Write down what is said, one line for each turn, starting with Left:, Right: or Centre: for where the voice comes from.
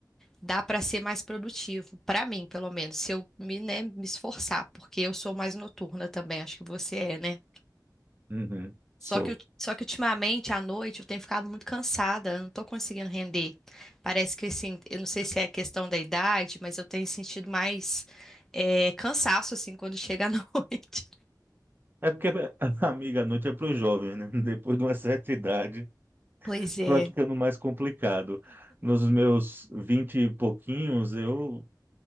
Centre: dá para ser mais produtivo, para mim, pelo menos, se eu me, né, me esforçar, porque eu sou mais noturna também, acho que você é, né?
Right: Uhum,
Centre: Só
Right: sou.
Centre: que, eu- só que ultimamente, à noite, eu tenho ficado muito cansada, eu não tô conseguindo render. Parece que, assim, eu não sei se é questão da idade, mas eu tenho sentido mais eh, cansaço, assim, quando chega à <laughs> noite.
Right: É porque a <laughs> amiga, à noite é para os jovens, né? <laughs> Depois de uma certa idade,
Centre: Pois é.
Right: vai ficando mais complicado. Nos meus vinte e pouquinhos, eu